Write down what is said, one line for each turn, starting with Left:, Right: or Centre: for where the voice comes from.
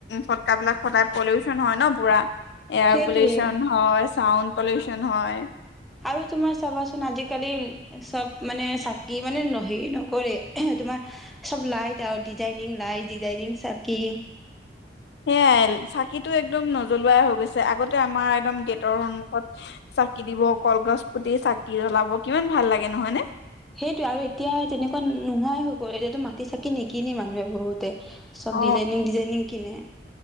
Left: ফটকাবিলাক ফটাই পলিউচন হয় ন পুৰা। এয়াৰ
Centre: সেইটোৱে।
Left: পলিউচন হয়, চাউণ্ড পলিউচন। কোন হয়।
Centre: আৰু তোমাৰ চাবাচোন আজিকালি চব মানে চাকি মানে হেৰি নকৰে। তোমাৰ চব লাইট আৰু ডিজাইনিং লাইট, ডিজাইনিং চাকি।
Left: সেয়াই চাকিটো একদম নজ্বলোৱাই হৈ গৈছে। আগতে আমাৰ একদম গেটৰ সন্মুখত চাকি দিব। কলগছ পুতি চাকি জ্বলাব কিমান ভাল লাগে নহয়নে?
Centre: সেইটোৱে আৰু এতিয়া তেনেকুৱা নোহোৱাই হৈ গ'ল। এতিয়াতো মাটিৰ চাকি নিকিনে মানুহে বহুতে। চব
Left: অ
Centre: ডিজাইনিং, ডিজাইনিং কিনে।